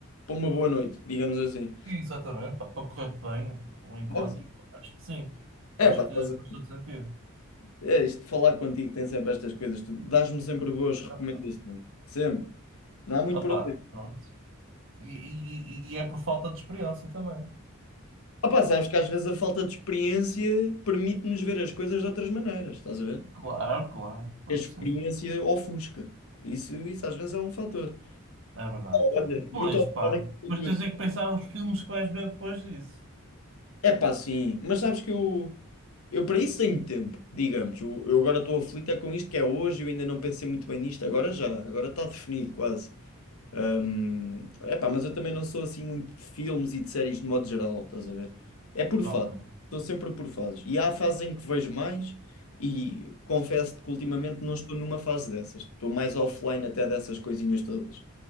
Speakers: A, on the left; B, on the right.
A: para uma boa noite, digamos assim.
B: E, exatamente, pá, para correr bem o encontro.
A: Mas,
B: pá, Acho que sim.
A: É
B: Acho
A: pá,
B: que
A: estás a-
B: faz todo sentido.
A: é isto de falar contigo tem sempre estas coisas, tu dás-me sempre boas recomendações,
B: Ah,
A: sempre. Não há muito
B: ah,
A: por
B: pá,
A: onde. ir.
B: pronto. E, e- e- e é por falta de experiência também.
A: Ah pá, sabes que às vezes a falta de experiência permite-nos ver as coisas de outras maneiras, estás a ver?
B: Claro, claro, claro
A: a experiência
B: que sim.
A: ofusca. Isso, isso às vezes é um fator.
B: É verdade.
A: Olha,
B: Pois,
A: muito
B: pá.
A: obrigado aqui por
B: Mas
A: tudo.
B: tens é que pensar os filmes que vais ver depois disso.
A: É pá, sim, mas sabes que eu, eu para isso tenho tempo, digamos. Eu, eu agora estou aflito é com isto que é hoje, eu ainda não pensei muito bem nisto, agora já, agora está definido quase. Hum, é pá, mas eu também não sou assim muito de filmes e de séries de modo geral, estás a ver? É por
B: Não,
A: fases,
B: ok.
A: estou sempre por fases. E há fases em que vejo mais. E confesso-te que ultimamente não estou numa fase dessas. Estou mais offline até dessas coisinhas todas.